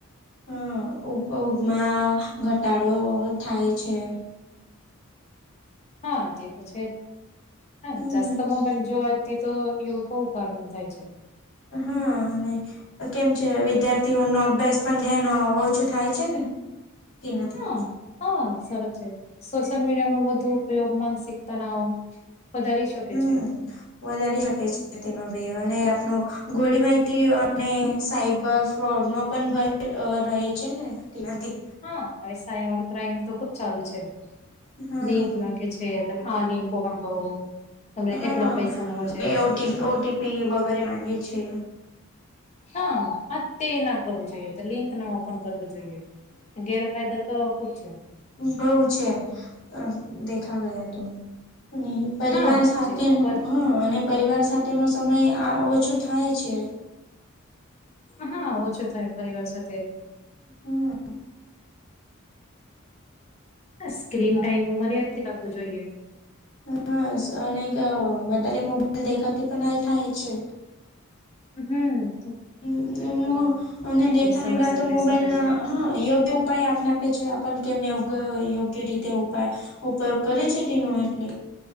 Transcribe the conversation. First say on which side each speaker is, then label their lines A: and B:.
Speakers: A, on the left; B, on the left.
A: હમ્મ, ઉગ-ઉગમાં ઘટાડો થાય છે.
B: હા તે તો છે જ. હા,
A: હમ
B: <unintelligible> મોબાઈલ જોવા જઈએ તો <unintelligible> ઉપકારણ થાય છે.
A: હા અને કેમ છે વિદ્યાર્થીઓનો અભ્યાસ પણ ધ્યાન ઓછું થાય છે ને, તેનાથી.
B: હા હા, સરસ છે, સોશિયલ મીડિયા નો વધુ ઉપયોગ માનસિક તનાવ વધારી શ
A: હમ
B: કે છે.
A: વધારી શકે છે તેનો બી, અને આપનો ગોડી માહિતી અને સાઈબર ફ્રોડ નો પણ ભય રહે છે ને. તેનાથી
B: હા આવી સાયબર ક્રાઈમ તો ખુબ ચાલુ છે.
A: હા
B: લિંક લાગ કે છે તમે આ લિંક ઓપન કરો તમને
A: હા.
B: એટલા પૈસા મળશે
A: એ O T, O T P વગેરે માંગે છે.
B: હા, આ તે ન કરવું જોઈએ, તો લિંક ના ઓપન કરવું જોઈએ. ગેરફાયદા તો ખુબ છે.
A: બહું છે, અહ દેખા ગયા તો. ની પરિવાર
B: હા
A: સાથે
B: છે
A: નું
B: પર
A: હા. અને પરિવાર સાથેનો સમય આ ઓછો થાય છે.
B: હા ઓછો થાય પરિવાર સાથે.
A: હમ
B: સ્ક્રીન ટાઈમ મર્યાદિત રાખવું જોઈએ.
A: હા. અને ક વધારે મોબાઈલ દેખાતી પણ આ થાય છે.
B: હમ્મ.
A: <unintelligible> અને દેખાને
B: સમસ્યા
A: ગયા તો
B: થઈ
A: મોબાઈલ
B: શકે
A: ના
B: છે
A: હા યોગ્ય ઉપાય આપને આપે છે, આપન કેમ યોગ યોગ્ય રીતે ઉપાય ઉપયોગ કરે છે તેનો એટલે,